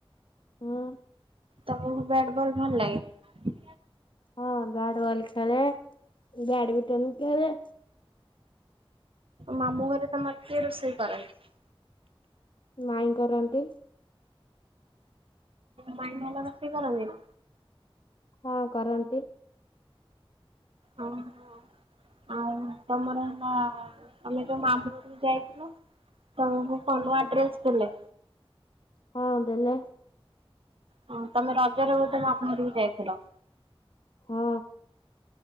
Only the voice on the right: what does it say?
ତମକୁ ବ୍ୟାଟ୍ ବଲ୍ ଭଲ ଲାଗେ?
ମାମୁଁ ଘରେ ତମର କିଏ ରୋଷେଇ କରନ୍ତି?
ମାଇଁ ଭଲ ରୋଷଇ କରନ୍ତିନା?
ଓ ହୋ। ଆଉ ତମର ହେଲା ତମେ ଯୋଉ ମାମୁଁ ଘରକୁ ଯାଇଥିଲ ତମକୁ କଣ ନୂଆ ଡ୍ରେସ ଦେଲେ?
ହଁ ତମେ ରଜରେ ବୋଧେ ମାମୁଁ ଘରକୁ ଯାଇଥିଲ?